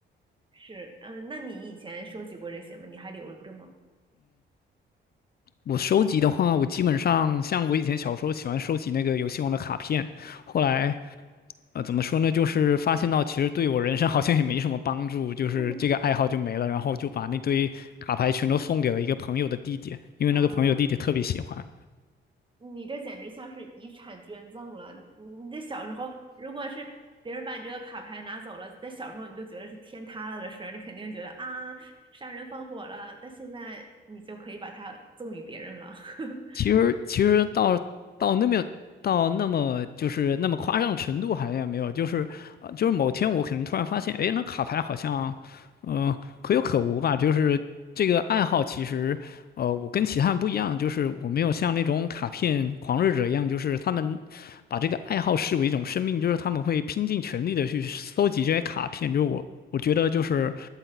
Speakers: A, on the right (about 25°); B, on the left (about 50°).
A: 是，嗯，那你以前收集过这些吗？你还留着吗？
B: 我收集的话，我基本上像我以前小时候喜欢收集那个游戏王的卡片，后来呃怎么说呢，就是发现到其实对我人生 <laughs> 好像也没什么帮助，就是这个爱好就没了，
A: <laughs>
B: 然后就把那堆卡牌全都送给了一个朋友的弟弟，因为那个朋友弟弟特别喜欢。
A: 哇，你这简直像是遗产捐赠了！你你这小时候，如果是别人把你这个卡牌拿走了，在小时候你都觉得是天塌了的事儿，你肯定觉得啊，杀人放火了。但现在你就可以把它赠与别人了。<laughs>
B: 其实其实到到那么到那么就是那么夸张的程度好像也没有，就是呃就是某天我可能突然发现，哎，那卡牌好像，嗯，可有可无吧。就是这个爱好其实，呃，我跟其他人不一样，就是我没有像那种卡片狂热者一样，就是他们把这个爱好视为一种生命，就是他们会拼尽全力的去搜集这些卡片。就是我我觉得就是